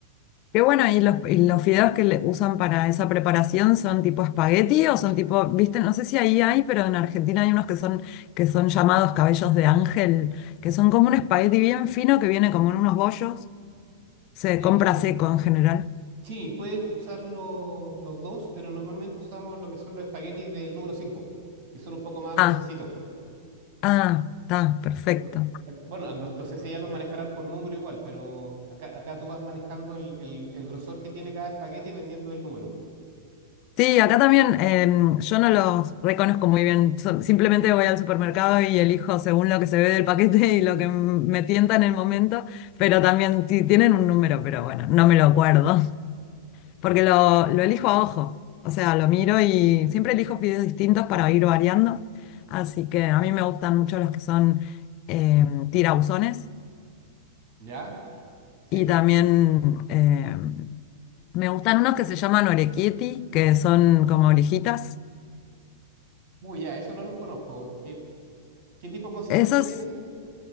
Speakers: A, on the left; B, on the right.
A: Qué bueno, ¿y los, y los fideos que le usan para esa preparación son tipo espagueti o son tipo, viste, no sé si ahí hay, pero en Argentina hay unos que son, que son llamados cabellos de ángel, que son como un espagueti bien fino que viene como en unos bollos. Se
B: Eh,
A: compra seco en general.
B: sí, puedes usar lo- los dos, pero normalmente usamos lo que son los espaguetis del número 5 que son un poco más
A: Ah,
B: gruesecitos.
A: ah, está, perfecto.
B: Por- ac- Bueno, no, no sé si ya los manejarán por número igual, pero acá, acá tú vas manejando el, el- el grosor que tiene cada espagueti dependiendo del número.
A: Sí, acá también em, yo no los reconozco muy bien. so- simplemente voy al supermercado y elijo según lo que se ve del paquete y lo que m- me tienta en el momento, pero también ti- tienen un número, pero bueno, no me lo acuerdo. Porque lo, lo elijo a ojo. O sea, lo miro y siempre elijo videos distintos para ir variando. Así que a mí me gustan mucho los que son eh, tirabuzones.
B: ¿Ya? Sí.
A: Y también eh, me gustan unos que se llaman orecchietti, que son como orejitas.
B: Uy, ya, eso no los conozco. ¿Qué, qué tipo de consistencia
A: Esos
B: tienen?